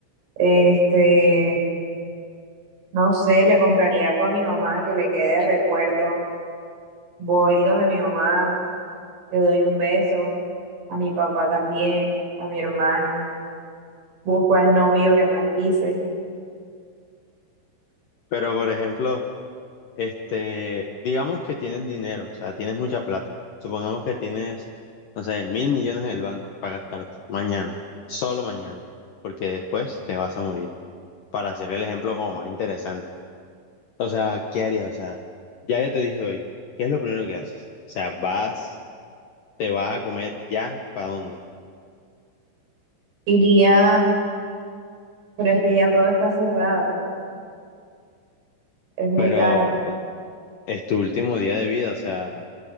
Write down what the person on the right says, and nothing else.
Este, no sé, le compraría algo a mi mamá que le quede de recuerdo. Voy donde mi mamá, le doy un beso, a mi papá también, a mi hermano. Busco al novio que más quise.
Iría, pero es que ya todo está cerrado, es muy
tarde.